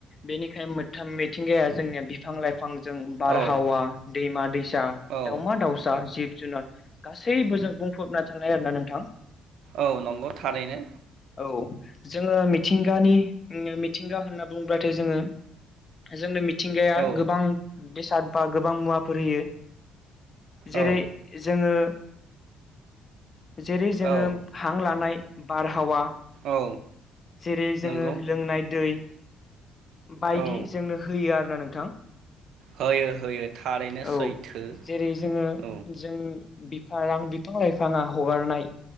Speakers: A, on the left; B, on the right.
A: बेनिखायनो मोनथाम मिथिंगाया जोंनिया बिफां लाइफां जों बारहावा
B: औ
A: दैमा दैसा
B: औ
A: दाउमा दाउसा जिब जुनाद गासैबो जों बुंफबना थानाय आरोना नोंथां
B: औ नंगौ थारैनो
A: औ जोंङो मिथिंगानि मिथिंगा होनना बुंङोब्लाथाय जोंङो जोंनो मिथिंगाया
B: औ
A: गोबां बेसाद बा गोबां मुवाफोर होयो। जेरै
B: औ
A: जोंङो जेरै जोङो
B: औ
A: हां लानाय बारहावा
B: औ
A: जेरै जोंङो
B: नंगौ
A: लोंनाय दै बायदि
B: औ
A: जोंनो होयो आरोना नोंथां
B: होयो होयो थारैनो
A: औ
B: सैथो
A: जेरै जोंङो
B: औ
A: जों बिफां रां बिफां लाइफांङा हगारनाय